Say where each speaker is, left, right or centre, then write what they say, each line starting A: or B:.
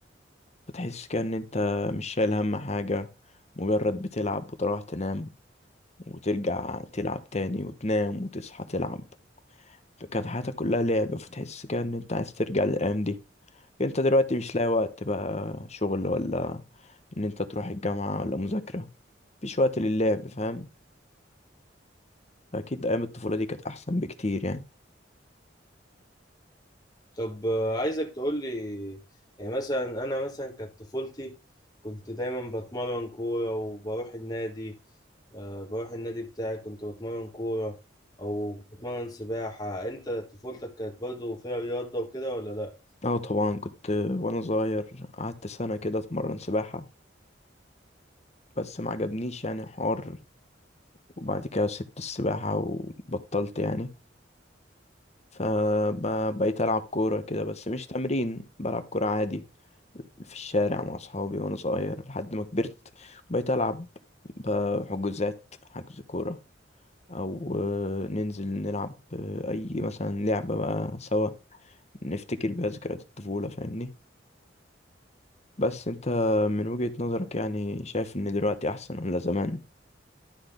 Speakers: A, on the left (about 35°); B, on the left (about 20°).
A: فتحس كأن انت مش شايل هم حاجه مجرد بتلعب وتروح تنام وترجع تلعب تاني وتنام وتصحى تلعب فكانت حياتك كلها لعب فتحس كده ان انت عايز ترجع للايام دي انت دلوقتي مش لاقي وقت بقى شغل ولا ان انت تروح الجامعة ولا مذاكرة مفيش وقت للعب فاهم اكيد ايام الطفولة دي كانت احسن بكتير يعني
B: طب آه، عايزك تقول لي يعني مثلا انا مثلا كانت طفولتي كنت دايما بتمرن كورة وبروح النادي آه، بروح النادي بتاعي كنت بتمرن كورة او بتمرن سباحة انت طفولتك كانت برضو فيها رياضة وكده ولا لا
A: اه طبعا كنت وانا صغير قعدت سنة كده اتمرن سباحة بس ما عجبنيش يعني الحوار وبعد كده سبت السباحة وبطلت يعني فبقيت ألعب كورة كده بس مش تمرين بلعب كورة عادي في الشارع مع أصحابي وأنا صغير لحد ما كبرت بقيت ألعب بحجوزات حجز كورة أو آه، ننزل نلعب آه، أي مثلا لعبة بقى سوا نفتكر بيها ذكريات الطفولة فاهمني بس أنت من وجهة نظرك يعني شايف إن دلوقتي أحسن ولا زمان؟